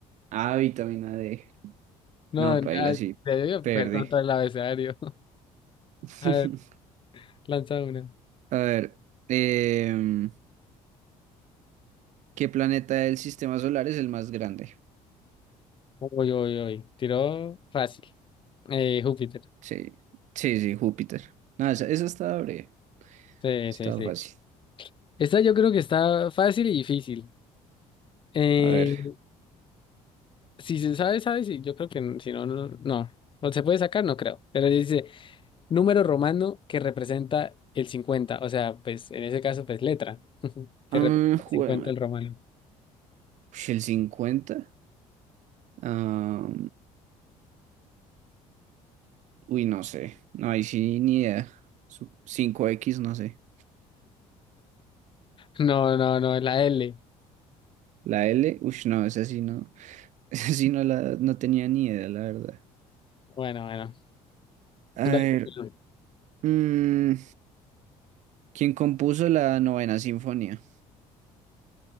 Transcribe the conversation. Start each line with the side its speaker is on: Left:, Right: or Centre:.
Right: ah, vitamina D.
Left: No,
Right: No,
Left: ah,
Right: paila, sí,
Left: debió
Right: perdí.
Left: coger con todo el abecedario.
Right: <laughs>
Left: A ver, lanza una.
Right: A ver, em, ¿qué planeta del sistema solar es el más grande?
Left: Uy, uy, uy. Tiró fácil. Eh, Júpiter.
Right: Sí, sí, sí, Júpiter. No, esa, esa estaba breve,
Left: Sí,
Right: estaba
Left: sí, sí.
Right: fácil.
Left: Esta yo creo que está fácil y difícil. Eh,
Right: A ver,
Left: si se sabe, sabe. Sí, yo creo que n- si no, no. no. O se puede sacar, no creo. Pero dice número romano que representa el cincuenta O sea, pues en ese caso, pues letra. <laughs> Que
Right: ah,
Left: representa
Right: jue-
Left: el 50 el romano.
Right: Ush, ¿el cincuenta, Ah, uy, no sé, no, ahí sí ni idea. Su- 5X, no sé.
Left: No, no, no, es la L.
Right: La L, uy, no, esa sí no, <laughs> esa sí no, la, no tenía ni idea, la verdad.
Left: Bueno, bueno.
Right: A
Left: Dale,
Right: ver,
Left: pues.
Right: mm, ¿quién compuso la novena sinfonía?